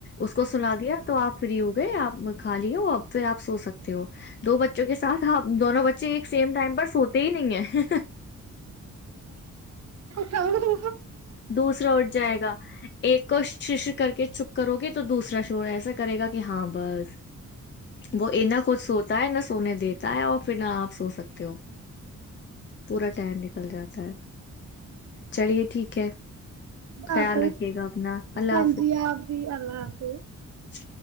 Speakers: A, on the left; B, on the right.
A: اس کو سنا دیا تو آپ فری ہو گئے آپ خالی ہو پھر آپ سو سکتے ہو دو بچوں کے ساتھ دونوں بچے ایک سیم ٹائم پر سوتے ہی نہیں ہیں
B: ش ہموں تو
A: دوسرا اٹھ جائے گا ایک اور شش کر کے چپ کرو گے تو دوسرا شور ایسا کرے گا کہ ہاں بس وہ انا کھ سوتا ہے نہ سو سونے دیتا ہے اور پھر نہ آپ سو سکتے ہو پورا ٹائم نکل جاتا ہے چلیے ٹھیک ہے خیال
B: آف
A: رکھیے گا اپنا اللہ
B: ہاں جی آپ بھی اللہ حافظ
A: س